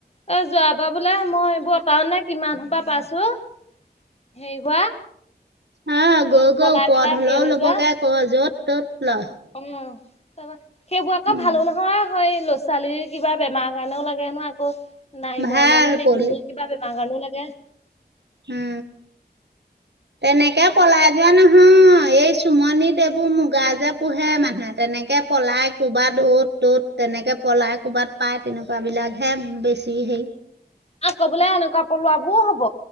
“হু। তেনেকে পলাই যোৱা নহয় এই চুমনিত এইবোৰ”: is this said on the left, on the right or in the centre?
Right